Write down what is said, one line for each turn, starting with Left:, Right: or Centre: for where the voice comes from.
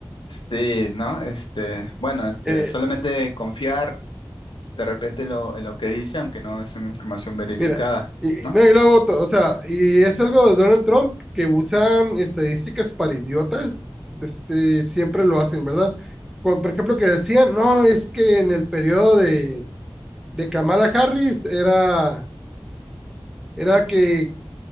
Left: Sí, ¿no? Este, bueno, este,
Centre: <laughs>
Left: solamente
Centre: eh,
Left: confiar de repente en lo, en lo que dice, aunque no es una información verificada.
Centre: mira, y,
Left: ¿no?
Centre: no, y lo hago o sea, y es algo de Donald Trump que usan estadísticas para idiotas, este, siempre lo hacen, ¿verdad? Cuando, por ejemplo, que decían, no, es que en el periodo de, de Kamala Harris era, era que